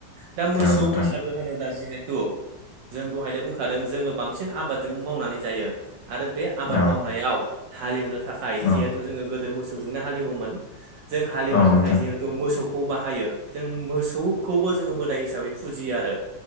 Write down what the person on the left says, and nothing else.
औ नोंथां
औ
औ
औ
नोंथां